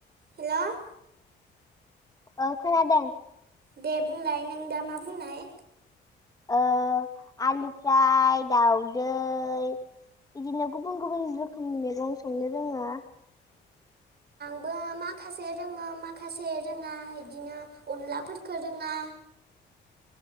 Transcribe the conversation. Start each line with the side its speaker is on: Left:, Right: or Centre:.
Right: हेल'?
Left: ओ खोनादों।
Right: दे बुंलाय नों दा मा बुंनाय?
Left: ओ आलु फ्राय, दाउदै इदिनो गुबुन गुबुन रोखोमनि मेगं संनो रोङो। <inaudible>
Right: बो माखासे रोङो माखासे रोङा इदिनो अनलाफोरखो रोङा।